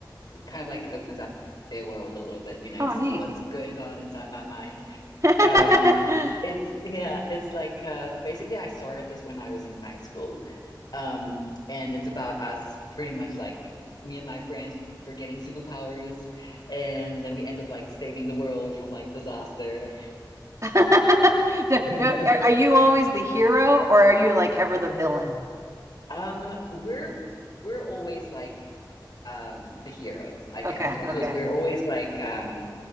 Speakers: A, on the left (about 70°); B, on the right (about 45°).
A: kind of like opens up their world a little bit, you know,
B: Oh,
A: to
B: neat.
A: see what's going on inside my mind.
B: <laughs>
A: Um, it's yeah, it's like uh, basically I started this when I was in high school. Um, and it's about us pretty much like me and my friends were getting superpowers, and then we end up like saving the world from like disaster.
B: Oh. <laughs> No,
A: <laughs>
B: no, are, are you always the hero or are you like ever the villain?
A: Um, we're we're always like um the heroes, I
B: Okay,
A: guess, because
B: okay.
A: we're always like um